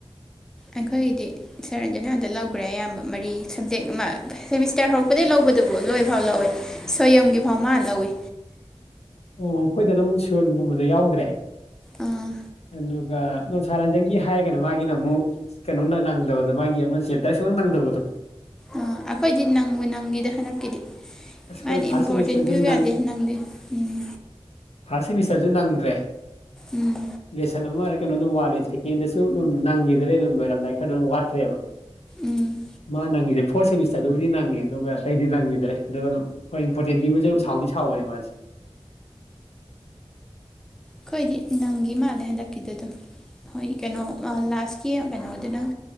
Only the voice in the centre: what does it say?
ꯑꯩꯈꯣꯏꯒꯤꯗꯤ ꯁꯥꯔ ꯔꯟꯖꯟꯅ ꯑꯗ ꯂꯧꯒ꯭ꯔꯦ ꯑꯌꯥꯝꯕ ꯃꯔꯤ ꯁꯕꯖꯦꯛ ꯑꯃ ꯁꯦꯃꯤꯁꯇꯔ ꯍꯧꯔꯛꯄꯗꯒꯤ ꯂꯧꯕꯗꯨꯕꯨ ꯂꯣꯏꯐꯥꯎ ꯂꯧꯋꯦ ꯁꯣꯌꯨꯝꯒꯤ ꯐꯥꯎ ꯃꯥ ꯂꯧꯏ
ꯑꯥ
ꯑꯪ ꯑꯩꯈꯣꯏꯗꯤ ꯅꯪꯕꯨ ꯅꯪꯒꯤꯗ ꯍꯟꯗꯛꯀꯤꯗꯤ
ꯃꯥꯗꯤ
ꯏꯝꯄꯣꯔꯇꯦꯟ
ꯄꯤꯌꯨ ꯌꯥꯗꯦ
ꯅꯪꯗꯤ ꯎꯝ
ꯎꯝ
ꯎꯝ
ꯑꯈꯣꯏꯗꯤ ꯅꯪꯒꯤ ꯃꯥꯜꯂꯦ ꯍꯟꯗꯛꯀꯤꯗꯣꯗꯨꯝ ꯍꯣꯏ ꯀꯩꯅꯣ ꯑ ꯂꯥꯁꯀꯤ ꯀꯩꯅꯣꯗꯨꯇꯪ